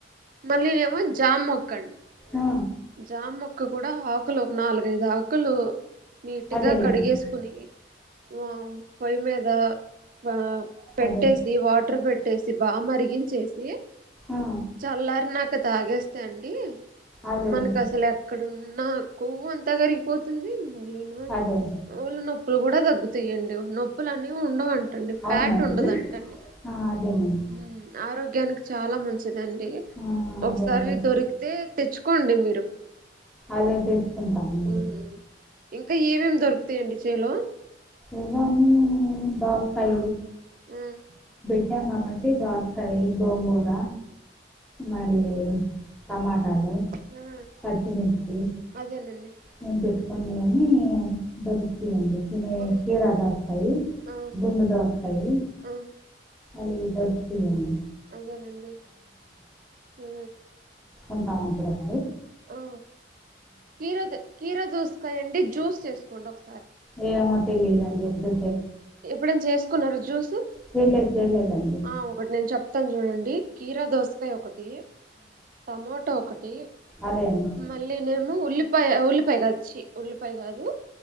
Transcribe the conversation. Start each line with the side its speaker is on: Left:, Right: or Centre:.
Right: మళ్ళీ జామ్ మొక్కండి
Centre: ఆ
Right: జామొక్క కూడా ఆకులు ఒక నాలుగైదు ఆకులు నీట్గా
Centre: అదేలేండి
Right: కడిగేస్కుని వం పొయ్యిమీద వా పెట్టేసి
Centre: అదే
Right: వాటర్ బెట్ టేసి బా మరిగించేసి
Centre: ఆ
Right: చల్లార్ నాక్ క్క తాగేస్తే అండి
Centre: అదేలేండి
Right: మనక్ అసల్ ఎక్కడున్ నా కొవ్వు అంత కరిగిపోతుంది మ
Centre: అదే
Right: ఒళ్లు నొప్పుల్ కుడ దగ్ గుతీయండి నొప్పుల్ అనీ ఉండవన్ టండి ఫ్యాట్
Centre: అవునండి
Right: ఉండదంటండి
Centre: ఆ అదేనండి
Right: హమ్ ఆరోగ్యానికి చాలా మంచ్ చిదండి
Centre: ఆ
Right: ఒకసారి
Centre: అదేనండి
Right: దొరికితే తెచ్ డి మీరు
Centre: అదే తెచ్చుకుంటామండి
Right: ఉ ఉం ఇంక ఏమేం దొరుక్ తెండిచేలో
Centre: ఎన్నో అన్ని డాగ్ ఫై
Right: ఉమ్
Centre: ష్టం కాబట్టి బాసయి గోంగూర మరి టమాటాలు
Right: మ్మ్
Centre: పచ్చిమిర్చి
Right: అదేనండి
Centre: మేం పెట్ కొనీయని జరుగుతయండి
Right: మ్మ్
Centre: కీరా దోస్కాయ్
Right: ఆ
Centre: గుండు దోస్కాయ్
Right: ఆ ఉమ్,
Centre: అయ్ దొర్క్తీయండి
Right: అదేనండి మ్
Centre: ఉంతా పిరప్
Right: ఆ కీరద్ కీరా దూస్కాయండి జ్యూస్ చేస్ కుండోక్
Centre: ఏ అనక్ తెలీదండి ఎప్డు
Right: ఎప్పుడైన్ చేస్కున్నారు జ్యూసు.
Centre: చేయలేదు చేయలేదండి
Right: ఆ ఒకటి నేన్ చెప్తాన్ చూడండి కీరా దోస్కాయ ఒకటి టమోటో ఒకటి
Centre: అదే అండి
Right: మళ్ళీ నేము ఉల్లి. పాయ ఉల్లిపాయ కాద్ చ్చి ఉల్లిపాయ్ కాదు